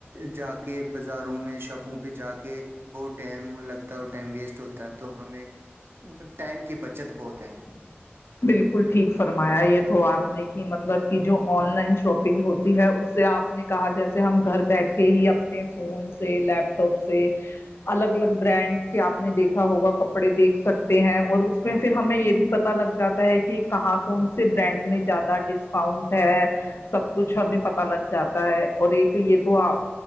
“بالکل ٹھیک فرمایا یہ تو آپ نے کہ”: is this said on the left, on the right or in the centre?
Left